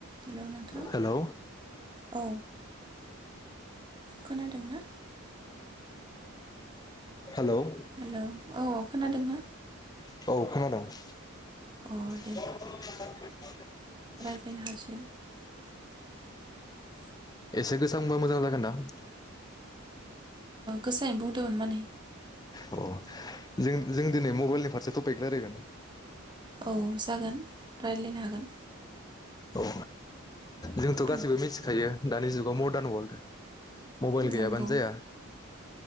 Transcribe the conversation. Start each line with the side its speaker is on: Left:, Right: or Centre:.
Right: Hello नोंथां
Left: hello
Right: औ खोनादों ना
Left: हेलौ औ
Right: हेल' औ खोनादोंना
Left: औ खोनादों <unintelligible>
Right: अ दे <inaudible>
Left: एसे गोसा बुंबा मोजां जागोनदां <inaudible>
Right: गोसायैनो बुंदोंमोन माने
Left: अ जों जों दिनै मबाइलनि फारसे थपिक रायलायगोन
Right: औ जागोन रायज्लायनो हागोन
Left: औ जोंथ' गासैबो
Right: औ
Left: मिथिखायो दानि जुगाव मर्दार्न वर्ल्ड मबाइल गैयाबानो
Right: नंगौ
Left: जाया <inaudible>